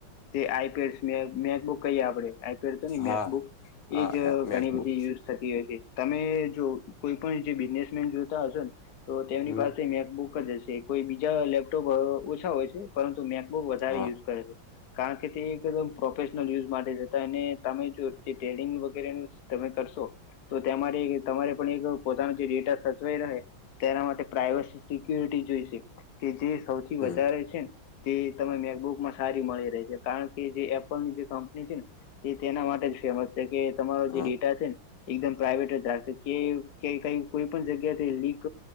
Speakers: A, on the left; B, on the left.
A: તે આઈ પેડ્સ ને મેક બુક કહીએ આપડે ઘર તની
B: હા
A: મેક બુક
B: હા
A: એજ અહ
B: એ મેકબુક
A: ઘણી બધી યુઝ થતી હોય છે. તમે જો કોઈ પણ જે બિઝનેસમેન જોતા હશો ને તો તેમની
B: હમ
A: પાસે મમેક બુક જ હશે કોઈ બીજા લેપટોપ અહ ઓછા હોય છે, પરંતુ મેક બુક બહુ વધારે
B: હા
A: યુઝ કરે છે. કારણ કે એકદમ પ્રોફેશ નલ યુઝ માટે જતા એને તમે જો જે ટેલિંગ વગેરે તમે કરશો તો તેમાંથી તમારે પણ એક પોતાનો જે ડેટા સચવાઈ રહે તેના માટે પ્રાઈવસી સિક્યુરિટી જોઈ સે, કે જે સૌથી
B: હમ
A: વધારે છે તે તને મેકબુકમાં સારી મળી રહે છે, કારણ કે જે એપલની જે કંપની છે તે તેના માટે જ ફેમસ છે, કે તમારો
B: હા
A: જે ડેટા છે, ને એકદમ પ્રાઇવેટ જ રાખશે કે કે કંઈક કોઈ પણ જગ્યાથી લીક